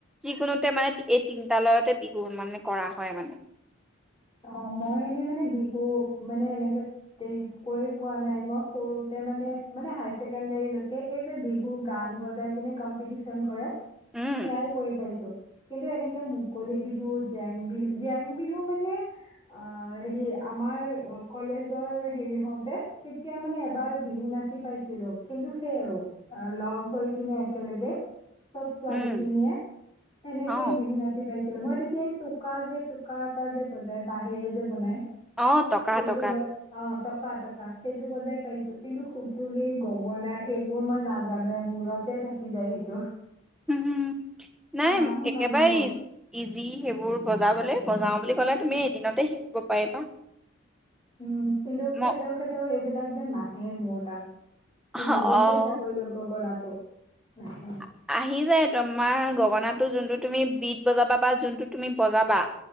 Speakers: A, in the centre; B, on the left (about 25°).
A: যিকোনোতে মানে এই তিনিটা লয়তে বিহু মানে কৰা হয় মানে
B: অ মই এনেই মানে বিহু মানে এনেকে কৰি পোৱা নাই মই সৰুতে মানে মানে হায় ছেকেণ্ডাৰীলৈকে এই যে বিহু গান বজাই কিনে কম্পিটিচন কৰে সেয়াই
A: উম
B: কৰি পাইছোঁ কিন্তু এনেকে মুকলি বিহু জেং বিহু জেং বিহু মানে অ হেৰি আমাৰ কলেজৰ হেৰি হওঁতে তেতিয়া মানে এবাৰ বিহু নাচি পাইছিলো কিন্তু সেই আৰু লগ হৈ কিনে একেলগে চব ছোৱালী
A: উম
B: খিনিয়ে সেনেকে
A: অ
B: বিহু নাচি পাইছে মই তেতিয়া এই টোকা যে টোকা টোকা এটা যে বজাই বাঁহেৰে যে বনাই
A: অ টকা
B: সেইটো
A: টকা
B: ব অ টকা টকা সেই সেইটো বজাই পাইছোঁ কিন্তু সুতুলি গগনা এইবোৰ মই নাজানোৱে মূৰতে থাকি যায় সেইটো
A: উম হোম নাই
B: নাহে
A: একেবাৰে
B: মানে মোৰ
A: ইজি সেইবোৰ বজাবলে বজাওঁ বুলি ক'লে তুমি এদিনতে শিকিব পাৰিবা
B: উম কিন্তু খেতেও
A: ম
B: খেতেও এইবিলাক যে নাহে মোৰ তাত
A: অ'
B: মই বহুত চেষ্টা কৰিলোঁ গগনাত টো নাহে
A: আ আহি যায় তোমাৰ গগনাটো যোনটো তুমি বিট বজাবা বা যোনটো তুমি বজাবা